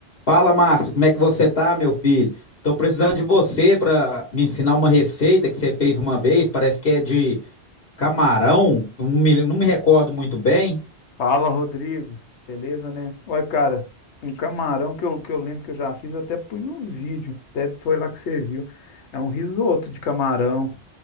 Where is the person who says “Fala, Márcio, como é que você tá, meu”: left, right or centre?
Left